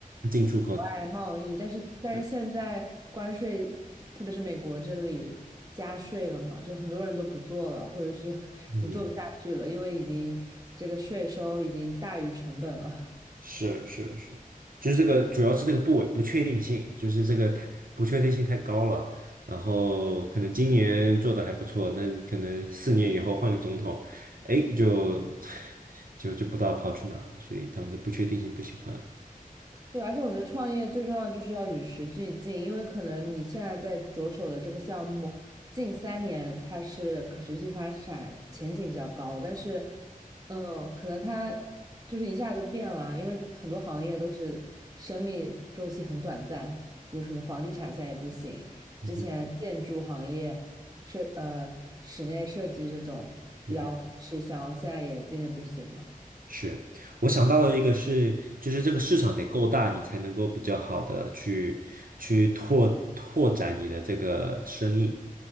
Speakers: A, on the right; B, on the right.
A: 进出口。
B: 外贸易，但是但是现在关税，
A: 对，
B: 特别是美国这里加税了嘛，就很多人都不做了，或者是 <laughs> 已经做不下去了，
A: 嗯。
B: 因为已经这个税收已经大于成本了。
A: 是是是，就是这个主要是这个不稳不确定性，就是这个太不确定性太高了。然后可能今年做的还不错，那你可能四年以后换个总统，哎，就 <laughs> 就就不知道跑去哪了。所以他们的不确定性不喜欢。
B: 对，而且我觉得创业最重要的就是要与时俱进，因为可能你现在在着手的这个项目，近三年它是可持续发展前景比较高，但是，嗯，可能它就是一下就变了，因为很多行业都是生命周期很短暂，比如什么房地产现在也不行，
A: 嗯
B: 之前建筑行业设呃室内设计这种比较吃香，
A: 哼
B: 现在也渐渐不行了。
A: 是，我想到的一个是，就是这个市场得够大，你才能够比较好的去去拓拓展你的这个生意。